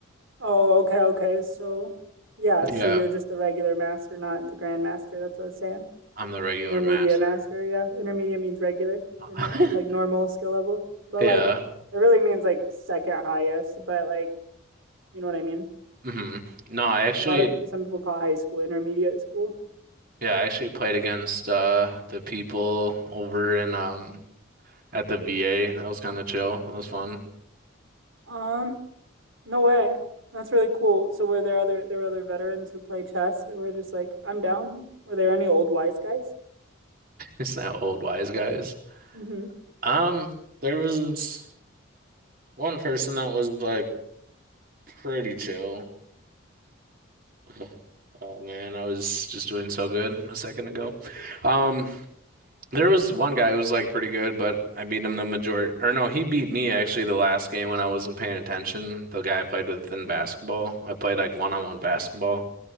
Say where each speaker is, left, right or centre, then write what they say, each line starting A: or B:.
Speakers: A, on the right; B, on the right.
A: Oh, okay, okay. So yeah,
B: Yeah.
A: so you're just the regular master, not the grandmaster. That's what I was saying.
B: I'm the regular
A: Intermediate
B: master.
A: master, yeah. Intermediate means regular
B: <laughs>
A: or nor like normal skill level. But
B: Yeah.
A: like it really means like second highest, but like you know what I mean?
B: hmm No, I actually
A: A lot of some people call high school intermediate school.
B: yeah, I actually played against uh the people over in um at the VA. That was kind of chill. That was fun.
A: Um, no way. That's really cool. So were there other there were other veterans who play chess who were just like, I'm down. Were there any old wise guys?
B: We sound old wise guys.
A: Mm-hmm.
B: Um, there was one person that was like pretty chill. <sighs> Oh man, I was just doing so good a second ago. Um, there was one guy who was like pretty good, but I beat him the majority, or no, he beat me actually the last game when I wasn't paying attention. The guy I played with in basketball, I played like one-on-one basketball.